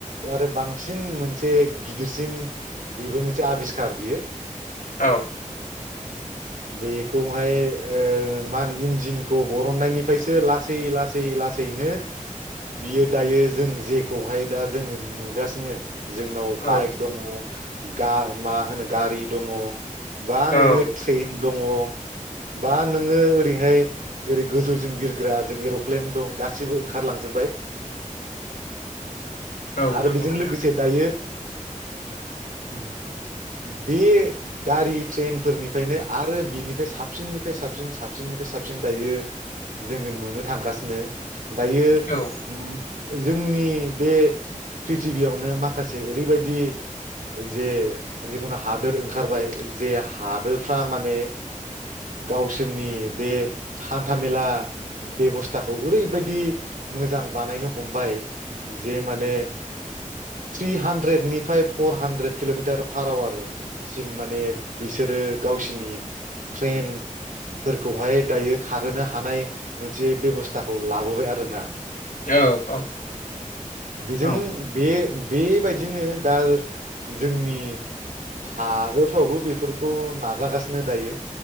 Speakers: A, on the right; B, on the left.
A: आरो बांसिन मोनसे गिदिरसिन बेबो मोनसे आबिस्कार बियो।
B: औ
A: बेखौहाय ओ मा होनो इन्जिनखौ बरननायनिफ्रायसो लासै लासै लासैनो बियो दायो जों जेखौहाय दा जोङो नुगासिनो जोंनाव
B: औ
A: बाइक दङ। गा मा होनो गारि दङ। बा
B: औ
A: नोङो थ्रेन दङ बा नोङो ओरैहाय ओरै गोजौजों बिरग्रा जों एरप्लेन दं गासिबो ओंखारलांजोबबाय।
B: औ
A: आरो
B: नंगौ
A: बेजों
B: नोंथां
A: लोगोसे दायो उमहो <inaudible> बे गारि ट्रेनफोरनिफ्रायनो आरो बिनिफ्राय साबसिननिफ्राय साबसिन साबसिननिफ्राय साबसिन दायो जोङो नुनो थांगासिनो। दायो
B: औ
A: उम जोंनि बे प्रिथिबियावनो माखासे ओरैबायदि जे जिखुनु हादोर ओंखारबाय। जे हादोरफ्रा माने गावसोरनि बे हान्थामेला बेबस्थाखौ ओरैबायदि मोजां बानायनो हमबाय जे माने थ्रि हानद्रेदनिफ्राय फर हानद्रेद किलमिटार पार आवार सिम माने बिसोरो गावसिनि ट्रेन फोरखौहाय दायो खारहोनो हानाय मोनसे बेबस्थाखौ लाबोबाय आरो ना
B: औ औ
A: बेजों
B: औ
A: बे बे बेबायदिनो दा जोंनि हारोब फ्रावबो बेफोरखौ नाजागासिनो दायो